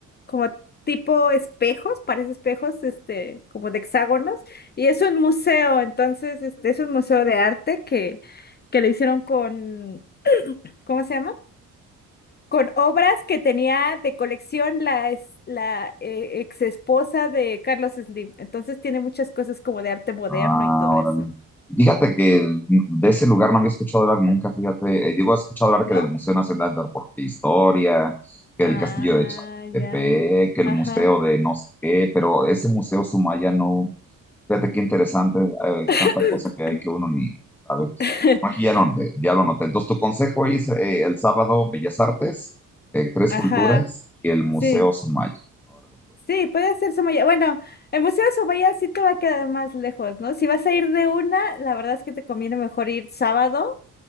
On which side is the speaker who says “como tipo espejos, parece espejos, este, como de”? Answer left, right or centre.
Left